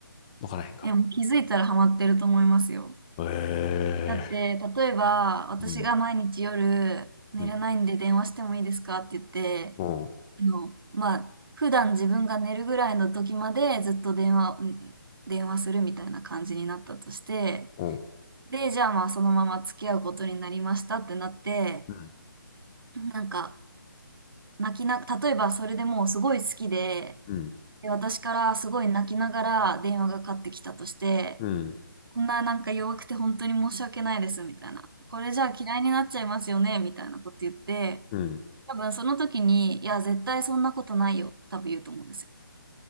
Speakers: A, on the left; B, on the right.
A: わからへんか。
B: いや、もう気づいたらハマってると思いますよ。
A: ええ
B: だって、例えば、私が毎日夜寝れないんで電話してもいいですかって言って、
A: ーうん、うん、うん、
B: あの、まあ、普段自分が寝るぐらいの時までずっと電話、うん電話するみたいな感じになったとして、
A: うん、
B: で、じゃあまあそのまま付き合うことになりましたってなって、
A: うん、
B: なんか、泣きな、例えばそれでもうすごい好きで、
A: うん、
B: で、私からすごい泣きながら電話がかかってきたとして、
A: うん、
B: こんななんか弱くて本当に申し訳ないですみたいな。これじゃあ嫌いになっちゃいますよねみたいなこと言って、
A: うん、
B: 多分その時に、いや、絶対そんなことないよ、多分言うと思うんですよ。